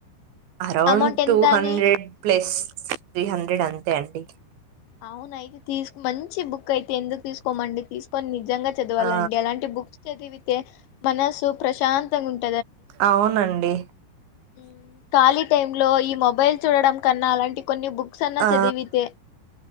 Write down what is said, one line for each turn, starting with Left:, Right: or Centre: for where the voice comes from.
Right: అరౌండ్
Left: అమౌంట్ ఎంత
Right: టూ హండ్రెడ్
Left: అని
Right: ప్లస్ త్రీ హండ్రెడ్ అంతే అండి
Left: అవున అయితే తీసుకో మంచి బుక్ అయితే ఎందుకు తీసుకోమండి తీసుకొని ని నజంగా చదవాలండి
Right: ఆ
Left: అలాంటి బుక్స్ చదివితే మన సో ప్రశాంతంగా ఉంట
Right: అవునండి
Left: ఉమ్, ఖాళీ టైమ్ లో ఈ మొబైల్ చూడడం కన్నా అలాంటి కొన్ని బుక్స్ అన్నా
Right: ఆ
Left: చదివితే